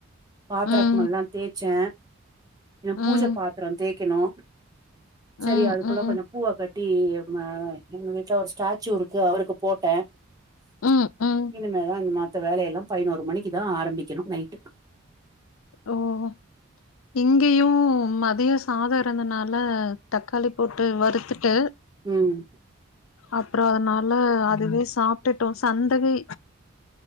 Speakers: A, on the right; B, on the left.
A: பாத்ரோம்
B: ம்
A: எல்லா தேச்சே எ
B: ம்
A: பூஜ பாத்ரோ தேக்கணு சரி
B: ம்
A: அதுக்குள்ள
B: ம்
A: கொஞ்சோ பூவ கட் டி எங்க எங்க வீட்ல ஒரு ஸ்டாச்சூ இருக்கு அவருக்கு போட்டே
B: ம் ம்
A: இனிமேதா இந் மத்த வேல எல்லாம் பதினோரு மணிக்கு தா ஆரம்பிக்கணு நைட்டு
B: ஓ ஓ இங்கேயு மதியோ சாதோ இருந்தனால தக்காளி போட்டு வறுத்துட்டு
A: ம்
B: அப்றோ அதனால அதுவே சாப்ட்டுட்டோ சந்தகை